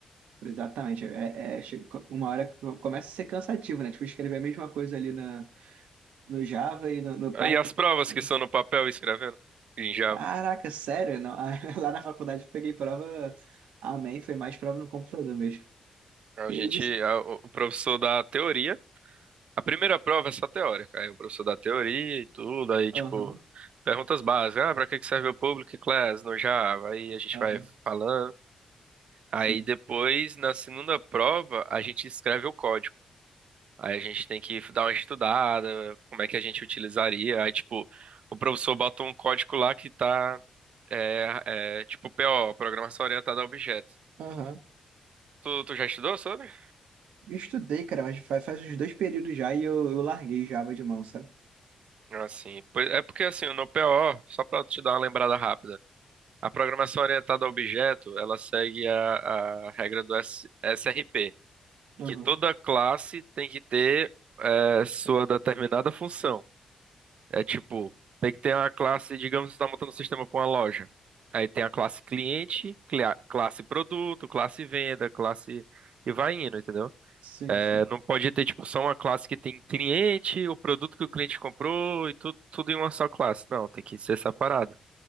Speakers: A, on the right; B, on the right.
A: Exatamente. É, é, che- uma hora começa a ser cansativo, né? Tipo, escrever a mesma coisa ali na, no Java e no, no
B: Aí
A: Python.
B: as provas
A: né?
B: que são no papel escrevendo em Java.
A: Caraca, sério? Não, <laughs> lá na faculdade eu peguei prova Amém, foi mais prova no computador mesmo.
B: A
A: Que
B: gente,
A: isso?
B: a- o o professor dá a teoria. A primeira prova é só teórica. Aí o professor dá teoria e tudo, aí
A: Aham,
B: tipo, perguntas básicas. Ah, pra que que serve o Public Class no Java? Aí a gente
A: aham,
B: vai falando. Aí
A: sim.
B: depois, na segunda prova, a gente escreve o código. Aí a gente tem que dar uma estudada, como é que a gente utilizaria. Aí, tipo, o professor bota um código lá que tá, é, é, tipo, PO, Programação Orientada a Objetos.
A: Aham.
B: Tu, tu já estudou sobre?
A: Eu estudei, cara, mas faz, faz uns dois períodos já e eu, eu larguei Java de mão, sabe?
B: Assim, pois- é porque assim, no PO, só pra te dar uma lembrada rápida. A programação orientada a objeto, ela segue a, a regra do S- SRP,
A: Aham.
B: que toda classe tem que ter é, sua determinada função. É tipo, tem que ter uma classe, digamos, você está montando um sistema para uma loja. Aí tem a classe cliente, clia- classe produto, classe venda, classe... E vai indo, entendeu?
A: Sim,
B: É,
A: sim.
B: não pode ter, tipo, só uma classe que tem cliente, o produto que o cliente comprou e tudo, tudo em uma só classe. Não, tem que ser separado.